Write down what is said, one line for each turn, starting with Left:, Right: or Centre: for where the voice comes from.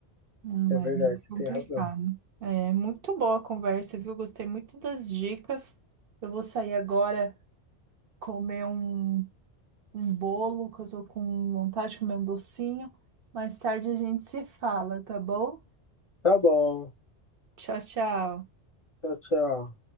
Right: Hum,
Left: É verdade,
Right: é meio
Left: você
Right: complicado.
Left: tem razão.
Right: É muito boa a conversa, viu? Gostei muito das dicas. Eu vou sair agora comer um, um bolo, que eu tô com vontade de comer um docinho. Mais tarde a gente se fala, tá bom?
Left: Tá bom.
Right: Tchau, tchau.
Left: Tchau, tchau.